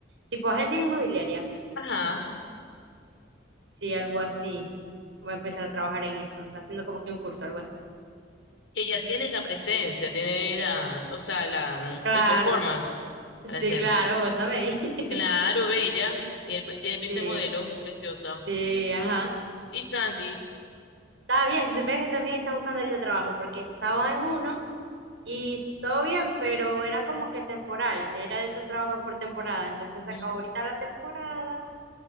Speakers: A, on the right; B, on the left.
A: tipo agencia inmobiliaria.
B: Ajá.
A: Sí, algo así. va a empezar a trabajar en eso. Está haciendo como que un curso, algo así.
B: Que ya tiene la presencia, tiene la, o sea, la, mm,
A: Claro,
B: el performance para
A: sí,
B: hacerlo.
A: claro, vos sabéis. <laughs>
B: Claro, bella. Tiene, pues, tiene pinta
A: Sí,
B: de modelo, preciosa.
A: sí, ajá.
B: Y Santi.
A: Está bien, si supieras que también está buscando ahorita trabajo, porque estaba en uno. Y todo bien, pero era como que temporal, era de esos trabajos por temporada. Entonces
B: Ujú.
A: se acabó ahorita la temporada